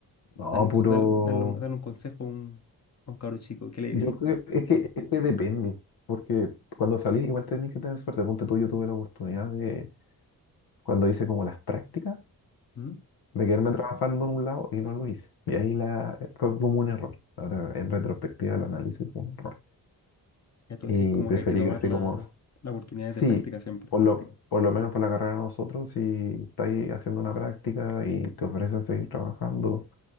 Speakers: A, on the left; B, on the left.
A: No,
B: Darle un,
A: puro.
B: con- dar- darle un, darle un consejo a un, a un cabro chico, ¿qué le dirías?
A: Yo creo es que, es que depende. Porque cuando salí, igual tenés que tener suerte. Ponte tú, yo tuve la oportunidad de, cuando hice como las prácticas,
B: ¿Mm?
A: de quedarme trabajando en un lado y no lo hice. Y ahí la, fue como un error. Ahora, en retrospectiva, lo analizo y fue un error.
B: Ya tú
A: Y
B: decís como
A: preferí
B: que hay que tomar
A: que así
B: la,
A: como
B: las oportunidades
A: Sí,
B: de práctica siempre.
A: por lo, por lo menos por la carrera de nosotros, si estáis haciendo una práctica y te ofrecen seguir trabajando